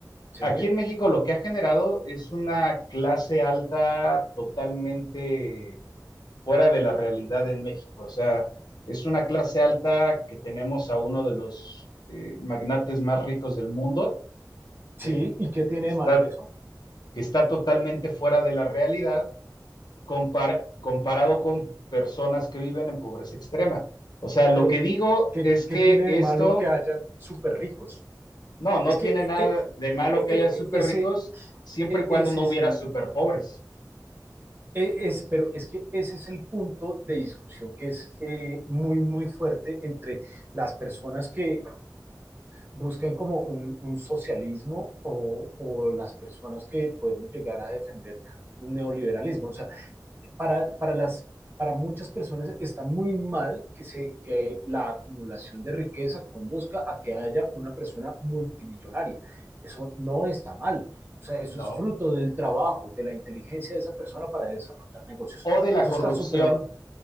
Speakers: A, on the right; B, on the left.
A: sí,
B: Aquí en México lo que ha generado es una clase alta totalmente fuera de la realidad en México. O sea, es una clase alta que tenemos a uno de los eh, magnates más ricos del mundo,
A: sí.
B: que,
A: ¿Y qué tiene
B: que está,
A: de malo eso?
B: que está totalmente fuera de la realidad compar- comparado con personas que viven en pobreza extrema. O sea, lo
A: Pero,
B: que digo
A: ¿qué,
B: es que
A: qué tiene
B: esto,
A: de malo que hayan súper ricos?
B: no, no
A: Es que
B: tiene
A: eh,
B: nada
A: eh,
B: de malo
A: eh,
B: que
A: eh,
B: haya súper
A: eh, ese,
B: ricos, siempre
A: eh,
B: y cuando
A: ese
B: no
A: es
B: hubiera
A: el,
B: súper pobres.
A: eh, es, pero es que ese es el punto de discusión que es eh, muy, muy fuerte entre las personas que buscan como un, un socialismo o, o, las personas que podemos llegar a defender un neoliberalismo. O sea, para, para, las, para muchas personas está muy mal que, se, que la acumulación de riqueza conduzca a que haya una persona multimillonaria. Eso no está mal. O sea, eso
B: No.
A: es fruto del trabajo, de la inteligencia de esa persona para desarrollar negocios.
B: o de la
A: Eso
B: corrupción,
A: está súper